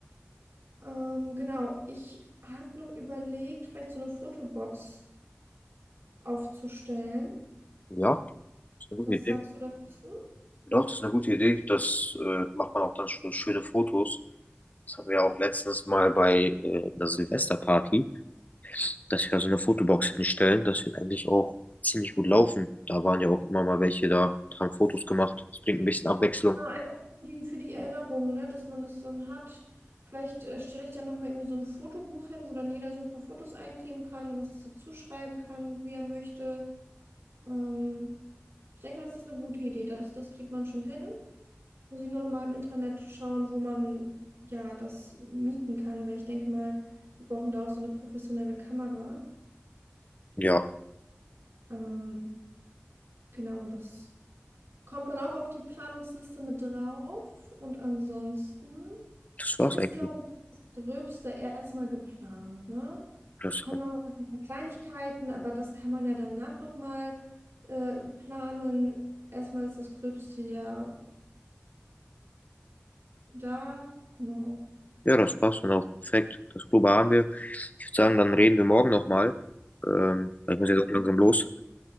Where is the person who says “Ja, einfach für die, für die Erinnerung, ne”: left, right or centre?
Right